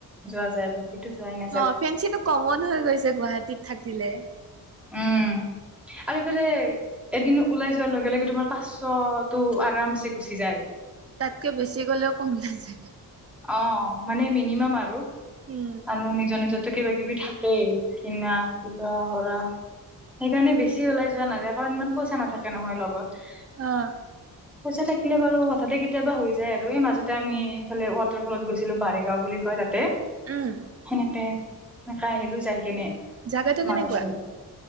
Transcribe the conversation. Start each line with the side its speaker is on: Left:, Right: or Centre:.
Centre: যোৱা যায় বাকী সেইটো যোৱাই নাই
Right: অ ফেঞ্চিটো কমন হৈ গৈছে গুৱাহাটীত থাকিলে
Centre: উম আৰু এইফালে এদিনো ওলাই যোৱাৰ লগে লগে তোমাৰ পাঁচশ টো আৰামছে গুচি যায়
Right: তাতকে বেছি গ'লেও কম নাযায়
Centre: অ মানে মিনিমাম আৰু
Right: উম
Centre: আৰু নিজৰ নিজতে কিবা কিবি থাকেই কিনা কিবা কৰা সেইকাৰণে বেছি ওলাই যোৱা নাযায় কাৰণ ইমান পইচা নাথাকে নহয় লগত
Right: অ
Centre: পইচা থাকিলে বাৰু হঠাতে কেতিয়াবা হৈ যায় আৰু এই মাজতে আমি এইফালে ফলত গৈছিলো বাৰেগাঁও বুলি কয় তাতে
Right: উম
Centre: সেনেকে সেনেকে আহিলো যায় কেনে
Right: জাগাটো
Centre: মাজতে
Right: কেনেকুৱা